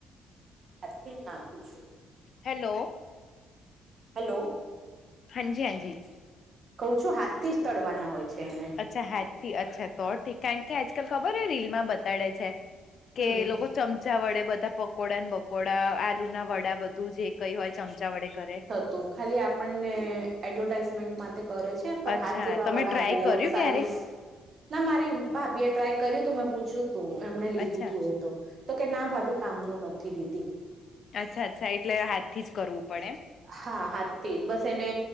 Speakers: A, on the right; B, on the left.
A: એક જ નાખું છું.
B: હેલો.
A: હેલો
B: હાજી હાજી
A: કહ છું હાથ થી જ તડવાના હોય છે એને
B: અચ્છા હેથ થી અચ્છા તોડ થી કારણ કે આજકાલ ખબર હો રીલમાં બતાડે છે
A: હમ
B: કે લોકો ચમચા વડે બધા પકોડાને, બકોડા, આલુ ના વડા બધા અને તું જે કઈ હોય, ચમચા વડે કરે.
A: તો ખાલી આપણને એડવર્ટાઈઝમેન્ટ માટે કરે છે. પર
B: અચ્છા
A: હાથ જેવા
B: તમે
A: વાળા
B: ટ્રાય
A: ગોળ
B: કર્યું
A: સાઈઝ.
B: ક્યારે
A: ના, મારી ભાભી એ ટ્રાય કર્યું તું. મેં પૂછ્યું તું એમને, લીધું
B: અચ્છા
A: તું એ તો. તો કે ના ભાભી કામનું નથી દીદી.
B: અચ્છા, અચ્છા, એટલે હાથથી જ કરવું પડે.
A: હા હાથી જ બસ એને